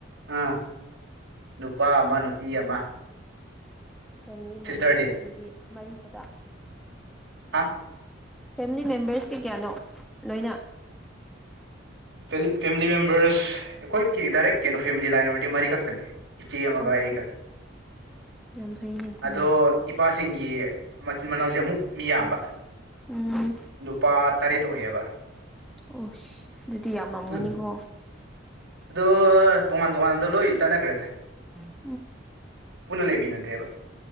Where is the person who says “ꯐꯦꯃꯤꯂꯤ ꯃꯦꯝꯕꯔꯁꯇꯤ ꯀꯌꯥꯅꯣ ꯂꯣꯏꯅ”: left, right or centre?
Centre